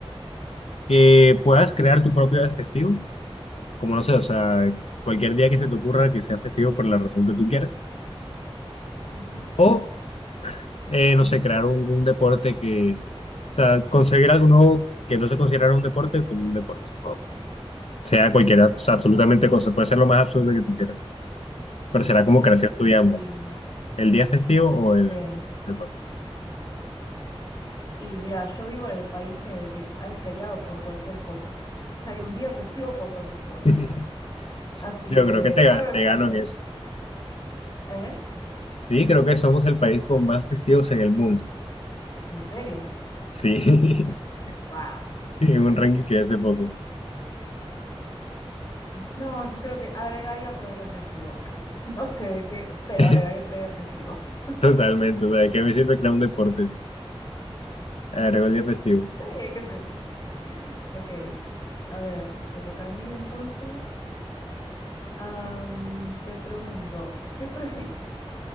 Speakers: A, on the left; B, on the left.
A: que puedas crear tu propio día festivo, como no sé, o sea, cualquier día que se te ocurra que sea festivo por la razón que tú quieras.
B: ujú.
A: O, eh, no sé, crear un, un deporte que, o sea, conseguir algo nuevo que no se considerara un deporte como un deporte. Wow. Sea cualquiera, o sea, absolutamente cosa. Puede ser lo más absurdo que tú quieras, pero será como
B: Y,
A: creación tuya
B: y-
A: ambas. ¿El día festivo o el
B: Sí.
A: deporte?
B: Y mira, yo vivo en el país en el que hay feriado por cualquier cosa. <laughs> Hay un día festivo por cualquier cosa.
A: <laughs>
B: Así
A: Yo
B: que
A: creo que te,
B: probablemente...
A: ga- te gano en eso.
B: ¿Eh?
A: Sí, creo que somos el país con más festivos en el mundo.
B: ¿En serio?
A: Sí, <laughs>
B: Wow.
A: en un ranking que hace poco.
B: no, yo creo que agregaría otro día festivo. <laughs> No sé de qué, pero
A: <laughs>
B: agregaría otro día festivo. <laughs>
A: Totalmente, o sea, ¿de qué me sirve crear un deporte? Agrego el día festivo.
B: Sí, qué sé. Ok. A ver, me toca a mí entonces. Am, te pregunto, ¿qué prefieres?